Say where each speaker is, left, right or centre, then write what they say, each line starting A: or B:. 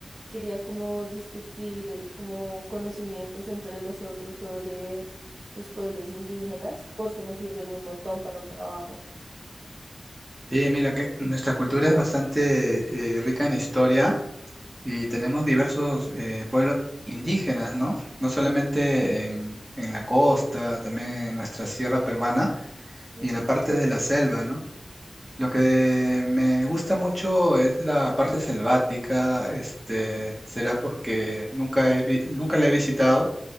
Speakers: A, on the right; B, on the right.
A: quería como discutir eh, como conocimientos entre nosotros sobre los pueblos indígenas porque me sirven un montón para un trabajo.
B: Eh, mira que nuestra cultura es bastante eh, rica en historia y tenemos diversos eh, pueblos indígenas, ¿no? No solamente en, en la costa, también en nuestra sierra peruana
A: Ujú.
B: y en la parte de la selva, ¿no? Lo que me gusta mucho es la parte selvática, este, será porque nunca he vi- nunca la he visitado